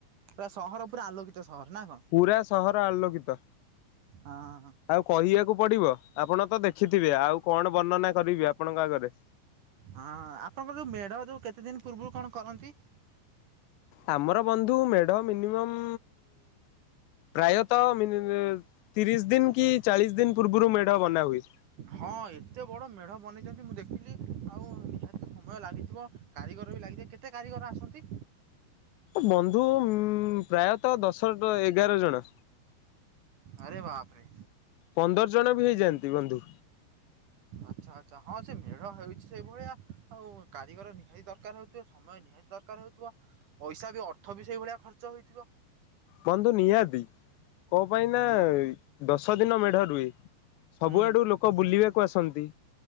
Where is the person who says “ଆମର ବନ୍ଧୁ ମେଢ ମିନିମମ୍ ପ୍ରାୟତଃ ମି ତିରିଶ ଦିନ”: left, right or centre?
Left